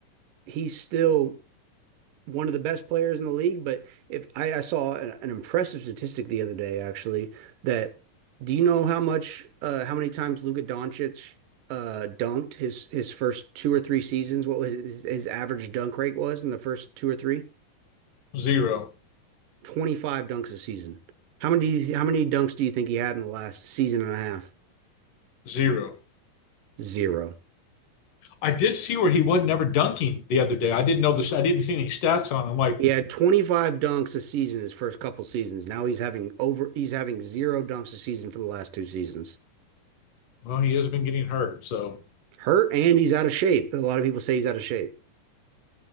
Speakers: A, on the right; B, on the left.
A: he's still one of the best players in the league, but if I, I saw an, an impressive statistic the other day actually that do you know how much uh how many times Luka Doncic uh dunked his his first two or three seasons, what was his, his average dunk rate was in the first two or three?
B: Zero,
A: 25 dunks a season. How many do you, how many dunks do you think he had in the last season and a half?
B: zero.
A: Zero.
B: I did see where he wasn't ever dunking the other day. I didn't know this. I didn't see any stats on him. I'm Like,
A: He had 25 dunks a season his first couple seasons. Now he's having over he's having zero dunks a season for the last two seasons.
B: well, he has been getting hurt. So,
A: Hurt and he's out of shape. A lot of people say he's out of shape.